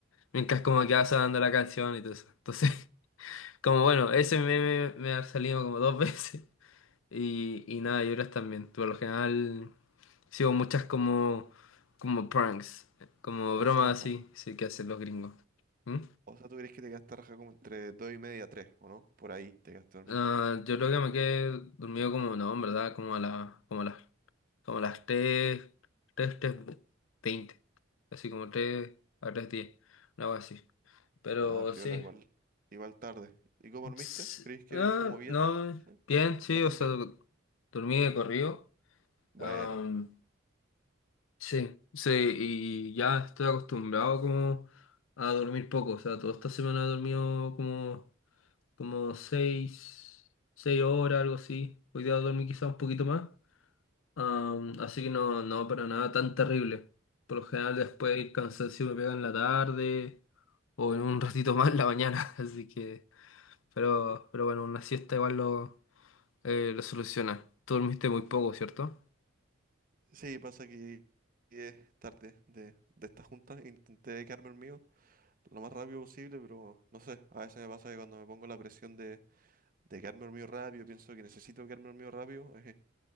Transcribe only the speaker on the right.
O
sea,
o sea, tú crees que te quedaste raja como entre dos y media, tres, ¿o no? Por ahí te quedaste dormido.
Ah, piola,
igual. Igual tarde. ¿Y cómo dormiste?
¿Crees que
como bien?
¿Sí?
¿No tan
bien?
Bueno.
Sí, pasa que es tarde de, de esta junta. Intenté quedarme el mío lo más rápido posible, pero no sé. A veces me pasa que cuando me pongo la presión de, de quedarme el mío rápido, pienso que necesito quedarme el mío rápido, eh,